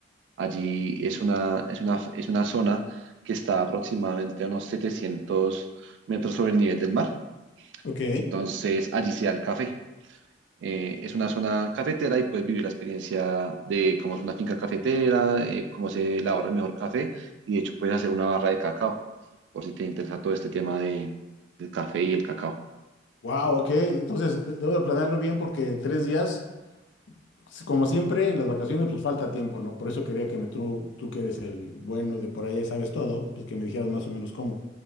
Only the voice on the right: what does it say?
Allí es una, es una, es una zona que está aproximadamente a unos 700 metros sobre el nivel del mar.
Entonces, allí se da el café. Eh, es una zona cafetera y puedes vivir la experiencia de cómo es una finca cafetera, eh, cómo se elabora el mejor café y de hecho puedes hacer una barra de cacao, por si te interesa todo este tema de, del café y el cacao.